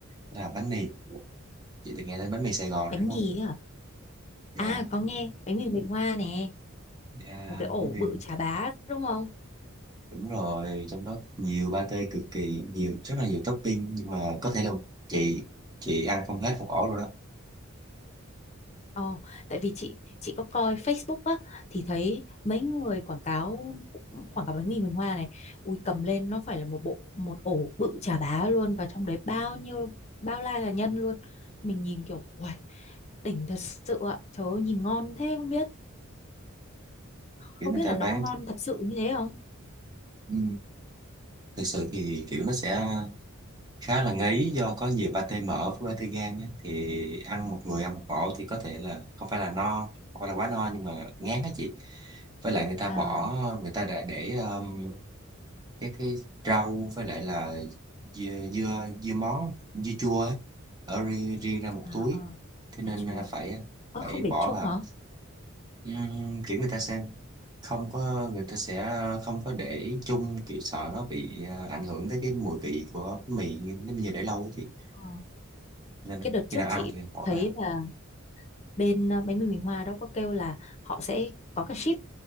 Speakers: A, on the right (about 20°); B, on the left (about 30°).
A: đó là bánh mì chị từng nghe đến bánh mì Sài Gòn rồi
B: bánh
A: đúng
B: mì
A: không
B: ấy à
A: dạ
B: à có nghe bánh mì Bình Hoa nè
A: dạ
B: một cái ổ
A: bánh mì
B: bự chà bá đúng không
A: đúng rồi trong đó nhiều pate cực kỳ nhiều rất là nhiều topping nhưng mà có thể là chị chị ăn không hết một ổ rồi đó
B: Ồ, tại vì chị chị có coi Facebook á thì thấy mấy người quảng cáo quảng cáo bánh mì Huỳnh Hoa này, ui cầm lên nó phải là một bộ một ổ bự chà bá luôn và trong đấy bao nhiêu bao la là nhân luôn. Mình nhìn kiểu uầy, đỉnh thật sự ạ. Trời ơi nhìn ngon thế không biết, không
A: kiểu người
B: biết
A: ta
B: là nó
A: bán
B: có ngon thật sự như thế không?
A: Ừ. thực sự thì kiểu nó sẽ khá là ngấy do có nhiều pate mỡ với pate gan á. thì ăn một người ăn một ổ thì có thể là không phải là no không phải là quá no nhưng mà ngán á chị với lại người ta
B: À
A: bỏ người ta đã để um, các cái rau với lại là dưa dưa, dưa món dưa chua ấy, ở riêng, riêng ra một
B: à
A: túi
B: à,
A: thế nên
B: dưa chua.
A: à, phải
B: Ơ
A: phải
B: không để
A: bỏ
B: chung
A: vào
B: hả?
A: Ừm, kiểu người ta sẽ không có người ta sẽ không có để chung kiểu sợ nó bị à, ảnh hưởng tới cái mùi vị của bánh mì nếu như để lâu á chị
B: Ờ,
A: nên
B: cái đợt
A: khi
B: trước
A: nào ăn
B: chị
A: thì bỏ
B: thấy
A: vào
B: là bên ờ, bánh mì Huỳnh Hoa đó có kêu là họ sẽ có cả ship